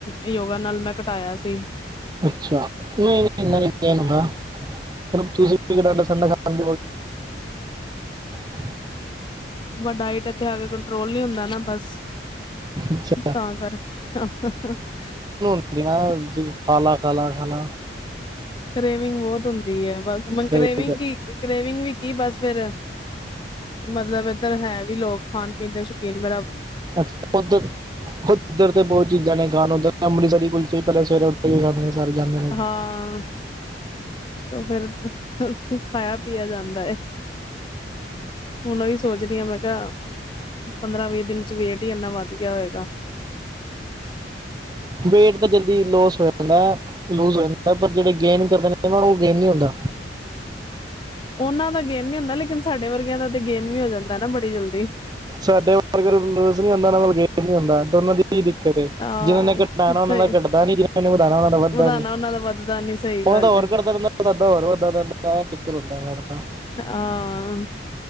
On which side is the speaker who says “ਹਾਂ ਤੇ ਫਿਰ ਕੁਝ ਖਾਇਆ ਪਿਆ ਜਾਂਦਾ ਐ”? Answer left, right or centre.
Left